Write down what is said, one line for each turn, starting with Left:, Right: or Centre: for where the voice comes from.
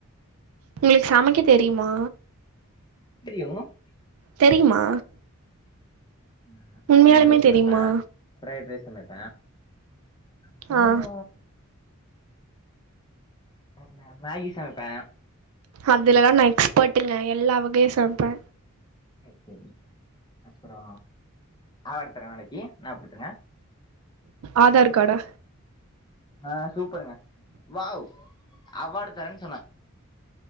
Right: உங்குளுக்கு சமைக்க தெரியுமா
Left: <unintelligible>
Right: தெரியுமா
Left: ம்
Right: உண்மையாலுமே
Left: ஃப்ரைட் ரைஸ் சமைப்பே
Right: தெரியுமா
Left: ஃப்ரைட் ரைஸ் சமைப்பே அப்புறோம்
Right: ஆ
Left: இந்த மேகி சமைப்பே
Right: அதுலதா நா எக்ஸ்பர்ட்டுங்க எ எல்லா வகையு சமைப்பே
Left: அ சேரி அப்புறோ அவாடு தர நாளைக்கி ஞாயப்படுத்துங்க
Right: ஆதார் காடா
Left: ஆ சூப்பருங்க வாவ் அவாடு தரேன்னு சொன்ன